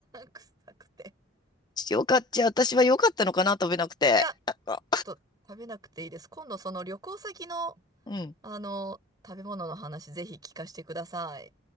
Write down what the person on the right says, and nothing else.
臭くて。
いや、
ちょっと食べなくていいです。今度その旅行先の、
あの、食べ物の話ぜひ聞かせてください。